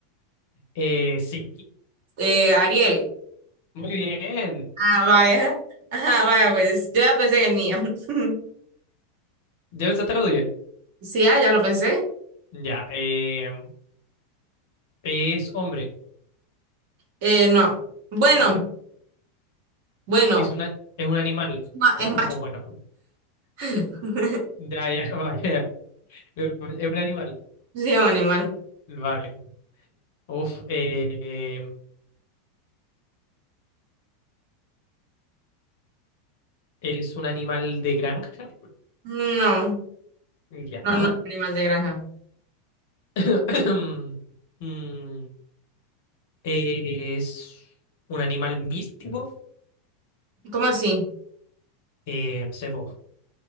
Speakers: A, on the left; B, on the right.
A: Eh, sí,
B: eh, Ariel.
A: muy bien.
B: Ah, vaya. ajá vaya, pues yo ya pensé en el niño. <laughs>
A: ¿Ya pensaste la tuya?
B: Sí, ah, ya lo pensé.
A: Ya. eh, ¿es hombre?
B: Eh, no. Bueno,
A: No.
B: bueno.
A: ¿Es una, es un animal?
B: Ma-
A: O
B: es macho.
A: como bueno.
B: <laughs>
A: Ya, ya, <laughs> vale. ¿Es un animal?
B: Sí, es un animal.
A: Vale. Uf. eh, ¿es un animal de granja?
B: No,
A: Ya.
B: no, no es un animal de granja.
A: <clears throat> Mm, ¿es un animal místico?
B: ¿Cómo así?
A: Eh, no sé, po,